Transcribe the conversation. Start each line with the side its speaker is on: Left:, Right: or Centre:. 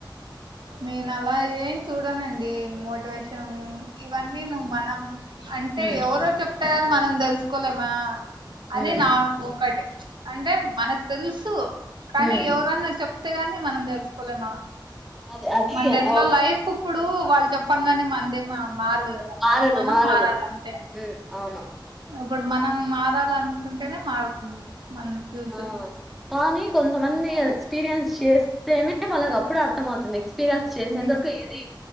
Right: నేను అలా ఏం చూడనండి మోటివేషన్ ఇవన్నీ నువు మనం అంటే
Centre: ఉమ్
Right: ఎవరో చెప్తగాని మనం తెలుసు స్కుల మా అదే
Centre: ఉమ్
Right: నాకు ఒకటి అంటే మన తెలుసు కానీ
Centre: ఉమ్
Right: ఎవరన్నా చెప్ చెప్తే గాని మనం తెలుసుకోలేమా
Centre: అది అది
Right: మనది ఎట్లా
Centre: అవ్
Right: లైఫ్ ఇప్పుడు వాళ్ళు చెప్పంగాగానే మందేమా మారదు కదా మనం
Centre: మారదు
Right: మనం
Centre: మారదు
Right: మారాలంతే
Centre: హ్మ్. అవును
Right: ఇప్పుడు మనం మారాలనుకుంటేనే మారుతుంది మన ఫ్యూచర్
Centre: ఆ కానీ కొంతమంది
Right: అలా
Centre: ఎక్స్పీరియన్స్ చేస్త్ తేనే వాళ్ళకి అప్పుడు అర్థమవుతుంది ఎక్స్పీరియన్స్ చేసే
Right: ఉమ్
Centre: అంత వరకు ఏది